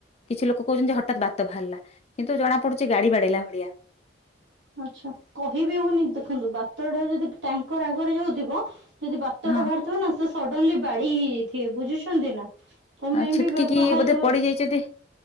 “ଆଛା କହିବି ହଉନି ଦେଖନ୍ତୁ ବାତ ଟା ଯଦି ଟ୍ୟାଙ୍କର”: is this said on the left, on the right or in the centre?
Right